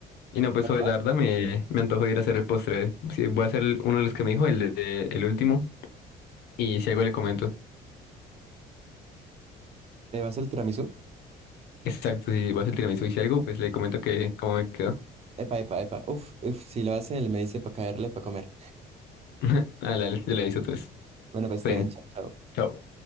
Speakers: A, on the left; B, on the right.
A: Y no, pues
B: ¿La verdad?
A: hoy la verdad me, me antojo de ir a hacer el postre. Sí, voy a hacer el- uno de los que me dijo, el de, el último. Y si algo le comento.
B: ¿Me vas el tiramisú?
A: Exacto, si vas a hacer el tiramisú y si algo, pues le comento que cómo me quedó.
B: Epa, epa, epa. Uf, uf, si lo hace, él me dice para caerle, para comer.
A: <laughs> Ah, la, yo le aviso, entonces.
B: Bueno, pues
A: Está
B: estoy
A: bien.
B: en chao. chao.
A: Chao.